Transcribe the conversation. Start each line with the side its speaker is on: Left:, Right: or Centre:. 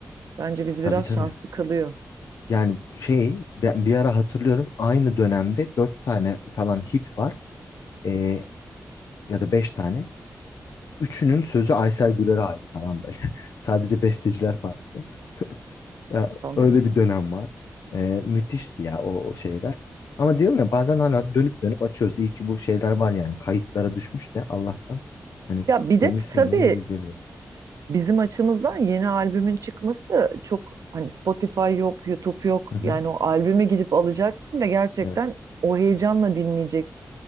Right: Bence bizi
Left: Tabii
Right: biraz
Left: tabii.
Right: şanslı kılıyor
Left: Yani şey ben bir ara hatırlıyorum aynı dönemde dört tane falan hit var. Ee, ya da beş tane. Üçünün sözü Aysel Gürer'e ait falan böyle. <laughs> Sadece besteciler farklı. Ya,
Right: ama
Left: öyle
Right: ya.
Left: bir dönem var. Ee, müthişti ya o, o şeyler. Ama diyorum ya bazen hala dönüp dönüp açıyoruz. İyi ki bu şeyler var yani. Kayıtlara düşmüş de Allah'tan. Hani
Right: Ya bir
Left: temiz
Right: de
Left: sineğini
Right: tabii
Left: izleyebiliyoruz.
Right: bizim açımızdan yeni albümün çıkması çok hani Spotify yok, YouTube yok.
Left: Hı hı.
Right: Yani o albümü gidip alacaksın ve gerçekten
Left: Evet.
Right: o heyecanla dinleyeceksin.